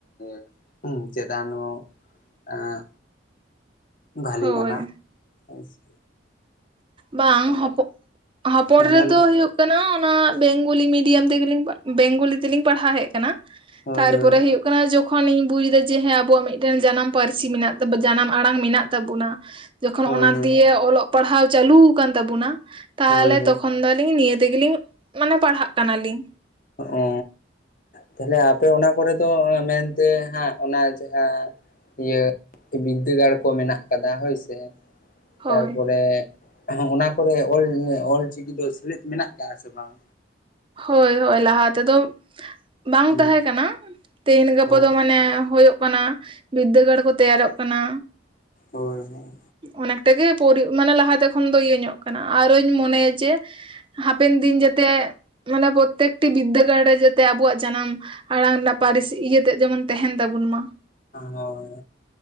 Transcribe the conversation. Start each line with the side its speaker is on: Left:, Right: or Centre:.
Left: <unintelligible> ᱦᱩᱸ, ᱪᱮᱫᱟᱱᱚᱜ ᱮᱸ ᱵᱷᱟᱹᱞᱤ
Right: ᱦᱳᱭ
Left: ᱵᱟᱱᱟᱜ ᱦᱳᱭ ᱥᱮ
Right: ᱵᱟᱝ ᱦᱚᱯᱚ, ᱦᱟᱯᱚᱲ
Left: ᱦᱮᱸ
Right: ᱨᱮᱫᱚ
Left: ᱢᱟ ᱞᱟᱹᱭ
Right: ᱦᱩᱭᱩᱜ ᱜᱟᱱᱚᱜ-ᱟ ᱚᱱᱟ ᱵᱮᱝᱜᱚᱞᱤ ᱢᱤᱰᱤᱭᱟᱢ ᱛᱮᱜᱮᱞᱧ, ᱵᱮᱝᱜᱚᱞᱤ ᱛᱮᱞᱤᱧ ᱯᱟᱲᱦᱟᱣ ᱦᱮᱡ ᱠᱟᱱᱟ
Left: ᱦᱳᱭ
Right: ᱛᱟᱨᱯᱚᱨᱮ
Left: ᱦᱳᱭ
Right: ᱦᱩᱭᱩᱜ ᱠᱟᱱᱟ ᱡᱚᱠ ᱠᱷᱚᱱᱤᱧ ᱵᱩᱡ ᱮᱫᱟ ᱡᱮ ᱦᱮᱸ ᱟᱵᱚᱣᱟᱜ ᱢᱤᱜᱴᱮᱱ ᱡᱟᱱᱟᱢ ᱯᱟᱹᱨᱥᱤ ᱢᱮᱱᱟᱜ ᱛᱟ ᱡᱟᱱᱟᱢ ᱟᱲᱟᱝ ᱢᱮᱱᱟᱜ ᱛᱟᱵᱚᱱᱟ᱾ ᱡᱚᱠᱷᱚᱱ
Left: ᱦᱳᱭ
Right: ᱚᱱᱟ
Left: ᱦᱳᱭ
Right: ᱫᱤᱭᱮ ᱚᱞᱚᱜ ᱯᱟᱲᱦᱟᱣ ᱪᱟᱹᱞᱩᱣ ᱠᱟᱱ ᱛᱟᱵᱚᱱᱟ, ᱛᱟᱦᱚᱞᱮ
Left: ᱦᱳᱭ ᱦᱳᱭ
Right: ᱛᱚᱠᱷᱚᱱ ᱫᱚ ᱞᱤᱧ ᱱᱤᱭᱟᱹ ᱛᱮᱜᱮᱞᱤᱧ ᱢᱟᱱᱮ ᱯᱟᱲᱦᱟᱜ ᱠᱟᱱᱟᱞᱤᱧ
Left: ᱚᱻ ᱛᱟᱦᱞᱮ ᱟᱯᱮ ᱚᱱᱟ ᱠᱚᱨᱮ ᱫᱚ ᱢᱮᱱᱛᱮ ᱦᱟᱸᱜ ᱚᱱᱟ ᱡᱟᱦᱟᱸ, ᱤᱭᱟᱹ ᱵᱤᱫᱽᱫᱟᱹᱜᱟᱲ ᱠᱚ ᱢᱮᱱᱟᱜ ᱟᱠᱟᱫᱟ ᱦᱳᱭ ᱥᱮ,
Right: ᱦᱳᱭ
Left: ᱛᱟᱨᱯᱚᱨᱮ ᱚᱱᱟ ᱠᱚᱨᱮ ᱚᱞᱪᱤᱠᱤ ᱫᱚ ᱥᱮᱞᱮᱫ ᱢᱮᱱᱟᱜ ᱠᱟᱜᱼᱟ ᱥᱮ ᱵᱟᱝ?
Right: ᱦᱳᱭ ᱦᱳᱭ ᱞᱟᱦᱟ ᱛᱮᱫᱚ ᱵᱟᱝ
Left: ᱦᱩᱸ
Right: ᱛᱟᱦᱮᱸ ᱠᱟᱱᱟ᱾ ᱛᱮᱦᱮᱧ ᱜᱟᱯᱟ
Left: ᱦᱳᱭ
Right: ᱫᱚ ᱢᱟᱱᱮ ᱦᱳᱭᱳᱜ ᱠᱟᱱᱟ ᱵᱤᱫᱽᱫᱟᱹᱜᱟᱲ ᱠᱚ ᱛᱮᱭᱟᱨᱚᱜ ᱠᱟᱱᱟ᱾
Left: ᱦᱳᱭ ᱦᱳᱭ᱾
Right: ᱚᱱᱮᱠᱴᱟ ᱜᱮ ᱯᱩᱨᱤ ᱢᱟᱱᱮ ᱞᱟᱦᱟᱛᱮ ᱠᱷᱚᱱ ᱫᱚ ᱤᱭᱟᱹ ᱧᱚᱜ ᱠᱟᱱᱟ ᱟᱨᱚᱧ ᱢᱚᱱᱮᱭᱟ ᱡᱮ, ᱦᱟᱯᱮᱱ ᱫᱤᱱ ᱡᱟᱛᱮ ᱢᱟᱱᱮ ᱯᱨᱚᱛᱮᱠᱴᱤ ᱵᱤᱫᱽᱫᱟᱹᱜᱟᱲ ᱨᱮ ᱡᱟᱛᱮ ᱟᱵᱚᱣᱟᱜ ᱡᱟᱱᱟᱢ ᱟᱲᱟᱝ ᱨᱮᱱᱟᱜ ᱯᱟᱹᱨᱤᱥ ᱤᱭᱟᱹᱛᱮᱜ ᱡᱮᱢᱚᱱ ᱛᱟᱦᱮᱱ ᱛᱟᱵᱚᱱ ᱢᱟ᱾
Left: ᱦᱳᱭ